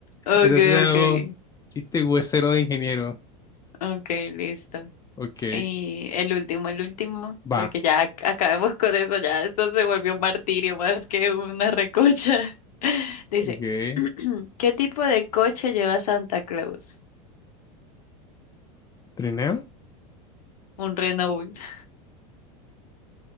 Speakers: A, on the left; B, on the left.
A: okay,
B: Entonces es el
A: okay,
B: bus. Chiste huesero de ingeniero.
A: okay, listo.
B: Ok,
A: Y el último, el último,
B: va.
A: porque ya ac- acabemos con eso, ya esto se volvió un martirio más que una recocha. <laughs> Dice,
B: Ok.
A: <clears throat> ¿qué tipo de coche lleva Santa Claus?
B: Trineo.
A: Un Renault. <laughs>